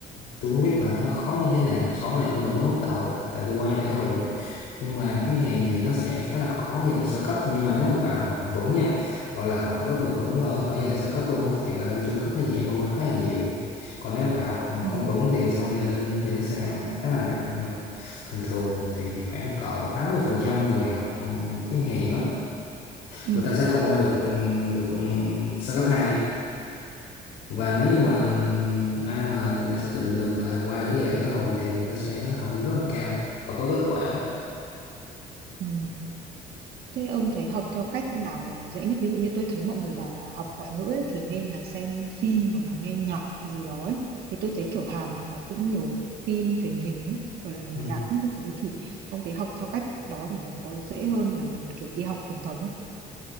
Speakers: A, on the left; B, on the right.
A: tôi không biết là nó khó như thế nào so với là những người mới bắt đầu tại tôi qua giai đoạn đó rồi nhưng mà tiếng Hàn thì nó sẽ khá là khó giai đoạn sơ cấp nhưng mà nếu mà bà học vững nha gọi là học rất là vững
B: Ừ.
A: ở ở giai đoạn sơ cấp luôn á thì bà lên trung cấp nó nhẹ hơn khá là nhiều còn nếu bài học
B: ừ,
A: không vững thì sau này lên thì nó sẽ nặng khá là nặng và thường thường thì khoảng cỡ 80% người học ừ, tiếng Hàn á
B: ừ.
A: người ta sẽ không qua được ừ, được ừ, sơ cấp hai và nếu như mà
B: Ồ,
A: ừ, ai mà đã xác định được là qua được cái giai đoạn đó rồi thì người ta sẽ học lên rất là cao và có kết quả
B: ừ. Thế ông thấy học theo cách nào là dễ nhất? Ví dụ như tôi thấy mọi người bảo là học ngoại ngữ ấy, thì nên là xem phim hoặc là nghe nhạc gì đó ấy. Thì tôi thấy kiểu Hàn họ cũng nhiều phim truyền hình ấy, hoặc là nhiều
A: ừ.
B: nhạc như các thứ ấy. Thì ông thấy học theo cách đó thì nó có dễ hơn là mình kiểu đi học truyền thống không?